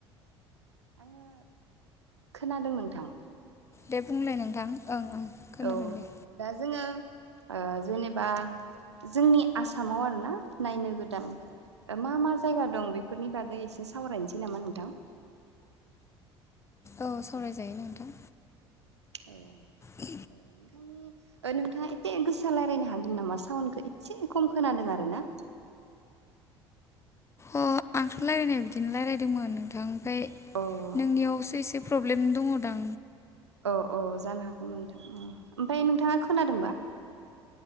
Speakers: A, on the right; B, on the left.
A: आङो खोनादों नोंथां
B: दे बुंलाय नोंथां ओं ओं खोनादों
A: औ
B: दे
A: दा जोङो जेनेबा जोंनि आसामाव आरोना नायनो गोदान मा मा जायगा दं बेफोरनि बागै एसे सावरायनोसै नामा नोंथां
B: औ सावरायजायो नोंथां
A: औ
B: ग
A: ओ नोंथांनि नोंथाङा एसेे गोसा रायज्लायनो हागोन नामा साउनडखौ एसे खम खोनादों आरो ना
B: अ आंथ' रायज्लायनाया बिदिनो रायज्लायदोंमोन नोंथां ओमफ्राय
A: अ
B: नोंनियावसो एसे प्रब्लेम दङदां
A: औ औ जानो हागोन नोंथां ओमफ्राय नोंथाङा खोनादोंना?